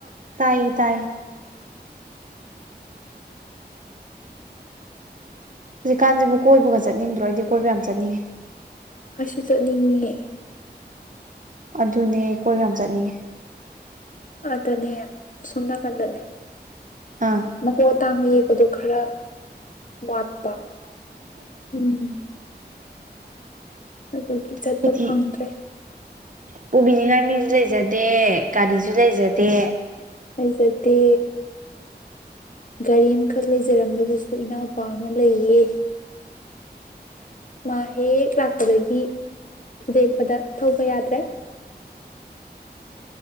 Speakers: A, on the right; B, on the left.
A: ꯇꯥꯏ ꯇꯥꯏ ꯍꯧꯖꯤꯛꯀꯥꯟꯁꯤꯕꯨ ꯀꯣꯏꯕꯒ ꯆꯠꯅꯤꯡꯗ꯭ꯔꯣ ꯑꯩꯗꯤ ꯀꯣꯏꯕ ꯌꯥꯝ ꯆꯠꯅꯤꯡꯉꯦ
B: ꯑꯁꯨ ꯆꯠꯅꯤꯡꯉ
A: ꯑꯗꯨꯅꯦ ꯑꯩ ꯀꯣꯏꯕ ꯌꯥꯝ ꯆꯠꯅꯤꯡꯉꯦ
B: ꯑꯗꯨꯗꯅꯦ ꯁꯨꯝꯃ ꯀꯗꯅꯦ
A: ꯑꯥ
B: ꯃꯀꯣꯛ ꯑꯇꯥꯡꯕ ꯌꯦꯛꯄꯗꯣ ꯈꯔ ꯋꯥꯠꯄ ꯎꯝ ꯑꯗꯨꯒꯤ ꯆꯠꯄ
A: ꯑꯩꯈꯣꯏꯗꯤ
B: ꯐꯪꯗ꯭ꯔꯦ
A: ꯄꯨꯕꯤꯅꯤꯡꯉꯥꯏ ꯃꯤꯁꯨ ꯂꯩꯖꯗꯦ ꯒꯥꯔꯤꯁꯨ ꯂꯩꯖꯗꯦ
B: ꯂꯩꯖꯗꯤ ꯒꯥꯔꯤ ꯑꯃꯈꯛ ꯂꯩꯖꯔꯝꯕꯗꯨꯁꯨ ꯏꯅꯥꯎꯄꯥ ꯑꯃ ꯂꯩꯌꯦ ꯃꯥ ꯍꯦꯛ ꯂꯥꯛꯄꯗꯒꯤ ꯊꯨꯗꯦꯛꯄꯗ ꯊꯧꯕ ꯌꯥꯗ꯭ꯔꯦ